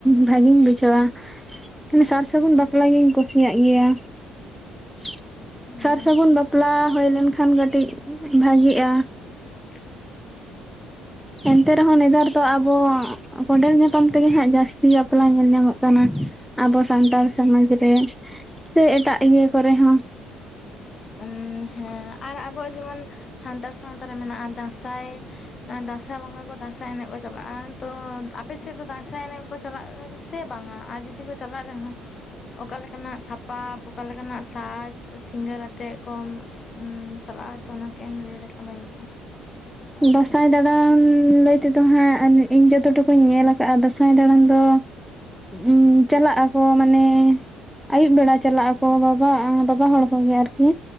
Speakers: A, in the centre; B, on the left.
A: ᱵᱷᱟᱜᱮᱧ ᱵᱩᱡᱷᱟᱹᱣᱟ ᱢᱟᱱᱮ ᱥᱟᱨ ᱥᱟᱹᱜᱩᱱ ᱵᱟᱯᱞᱟᱜᱤᱧ ᱠᱩᱥᱤᱭᱟᱜ ᱜᱮᱭᱟ <inaudible>
B: ᱦᱩᱸ
A: ᱥᱟᱨ ᱥᱟᱹᱜᱩᱱ ᱵᱟᱯᱞᱟ ᱦᱩᱭ ᱞᱮᱱᱠᱷᱟᱱ ᱠᱟᱹᱴᱤᱡ ᱵᱷᱟᱜᱤᱜᱼᱟ
B: <inaudible>
A: ᱮᱱᱛᱮ ᱨᱮᱦᱚᱸ ᱱᱮᱛᱟᱨ ᱫᱚ ᱟᱵᱚ ᱠᱚᱸᱰᱮᱞ ᱧᱟᱯᱟᱢ ᱛᱮᱜᱮ ᱦᱟᱸᱜ ᱡᱟᱹᱥᱛᱤ ᱵᱟᱯᱞᱟ ᱧᱮᱞ ᱧᱟᱢᱚᱜ ᱠᱟᱱᱟ ᱟᱵᱚ ᱥᱟᱱᱛᱟᱲ ᱥᱚᱢᱟᱡᱽ ᱨᱮ ᱥᱮ ᱮᱴᱟᱜ ᱤᱭᱟᱹ ᱠᱚᱨᱮ ᱦᱚᱸ
B: ᱦᱮᱸ ᱟᱨ ᱟᱵᱚᱣᱟᱜ ᱡᱮᱢᱚᱱ ᱥᱟᱱᱛᱟᱲ ᱥᱟᱶᱛᱟ ᱨᱮ ᱢᱮᱱᱟᱜᱼᱟ ᱫᱟᱸᱥᱟᱭ ᱫᱟᱸᱥᱟᱭ ᱵᱚᱸᱜᱟ ᱠᱚ ᱫᱟᱸᱥᱟᱭ ᱫᱟᱸᱥᱟᱭ ᱮᱱᱮᱡ ᱠᱚ ᱪᱟᱞᱟᱜᱼᱟ ᱛᱚ ᱟᱯᱮ ᱥᱮᱫ ᱫᱚ ᱫᱟᱸᱥᱟᱭ ᱮᱱᱮᱡ ᱠᱚ ᱪᱟᱞᱟᱜᱼᱟ ᱥᱮ ᱵᱟᱝᱟ ᱟᱨ ᱡᱩᱫᱤ ᱛᱤ ᱠᱚ ᱪᱟᱞᱟᱜ ᱨᱮᱦᱚᱸ ᱚᱠᱟ ᱞᱮᱠᱟᱱᱟᱜ ᱥᱟᱯᱟᱵ ᱚᱠᱟ ᱞᱮᱠᱟᱱᱟᱜ ᱥᱟᱡᱽ ᱥᱤᱸᱜᱟᱹᱨᱟᱛᱮ ᱛᱮᱫ ᱠᱚᱢ ᱪᱟᱞᱟᱜᱼᱟ ᱛᱚ ᱚᱱᱟ ᱠᱟᱹᱡ ᱮᱢ ᱞᱟᱹᱭ ᱞᱮᱠᱷᱟᱱ ᱵᱷᱟᱜᱤ ᱠᱚᱜᱼᱟ
A: ᱫᱟᱸᱥᱟᱭ ᱫᱟᱬᱟᱱ ᱞᱟᱹᱭ ᱛᱮᱫᱚ ᱦᱟᱸᱜ ᱤᱧ ᱡᱚᱛ ᱴᱩᱠᱩᱧ ᱧᱮᱞ ᱠᱟᱜᱼᱟ ᱫᱟᱸᱥᱟᱭ ᱫᱟᱬᱟᱱ ᱫᱚ ᱩ ᱪᱟᱞᱟᱜ ᱟᱠᱚ ᱢᱟᱱᱮ ᱟᱹᱭᱩᱵ ᱵᱮᱲᱟ ᱪᱟᱞᱟᱜ ᱟᱠᱚ ᱵᱟᱵᱟ ᱵᱟᱵᱟ ᱦᱚᱲ ᱠᱚᱜᱮ ᱟᱨᱠᱤ